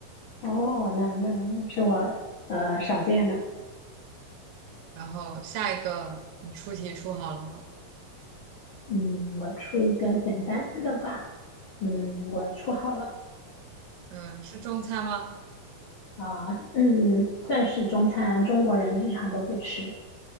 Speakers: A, on the left; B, on the right.
A: 哦，那那那是我呃少见的。
B: 然后下一个你出题出好了吗？
A: 嗯，我出一个简单的吧。嗯，我出好了
B: 嗯，是中餐吗？
A: 啊。嗯，算是中餐，中国人日常都会吃